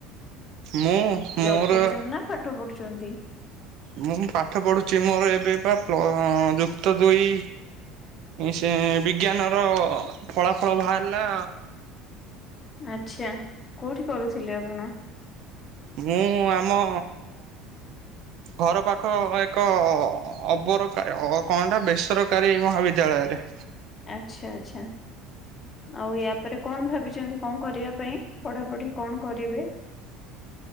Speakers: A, on the right; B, on the left.
A: ମୁଁ? ମୋର
B: ଜବ୍ କରୁଚନ୍ତି ନା ପାଠ ପଢୁଚନ୍ତି?
A: ମୁଁଁ ପାଠ ପଢ଼ୁଚି ମୋର ଏବେ ବା ପ୍ଳ ଯୁକ୍ତ ଦୁଇ। ସେ ବିଜ୍ଞାନର ଫଳାଫଳ ବାହାରିଲା।
B: ଆଚଛା କୋଉଠି କରୁଥିଲେ ଆପଣ?
A: ମୁଁ ଆମ ଘର ପାଖ ଏକ ଅବର କା କଣଟା ବେସରକାରୀ ମହାବିଦ୍ୟାଳୟରେ।
B: ଆଚଛା ଆଚଛା। ଆଉ ୟା ପରେ କଣ ଭାବିଚନ୍ତି କଣ କରିବା ପାଇଁ ପଢାପଢି କଣ କରିବେ?